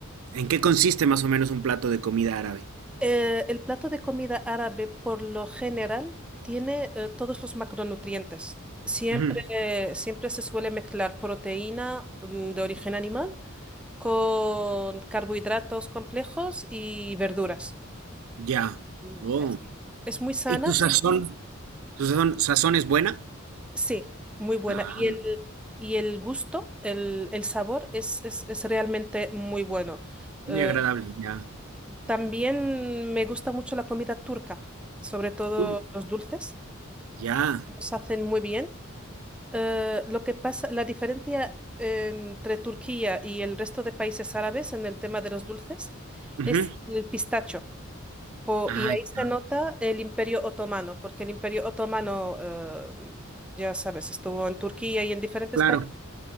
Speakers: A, on the right; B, in the centre.
A: ¿En qué consiste más o menos un plato de comida árabe?
B: Eh, el plato de comida árabe por lo general tiene eh, todos los macronutrientes. Siempre,
A: Ujú,
B: eh, siempre se suele mezclar proteína mm, de origen animal con carbohidratos complejos y verduras.
A: Ya.
B: Mm,
A: Oh.
B: Es, es muy sana,
A: ¿Y tu sazón?
B: sí,
A: ¿Tu sazón, sazón es buena?
B: sí, muy buena.
A: Ah,
B: Y el, y el gusto, el, el sabor es, es, es realmente muy bueno. Eh,
A: muy agradable, ya.
B: también me gusta mucho la comida turca, sobre todo
A: Uh,
B: los dulces.
A: Ya.
B: los hacen muy bien. Eh, lo que pasa, la diferencia em, entre Turquía y el resto de países árabes en el tema de los dulces
A: Ujú.
B: es el pistacho. Po-
A: Ah,
B: y ahí
A: ya,
B: se nota el Imperio Otomano, porque el Imperio Otomano, eh, ya sabes, estuvo en Turquía y en diferentes
A: claro.
B: países.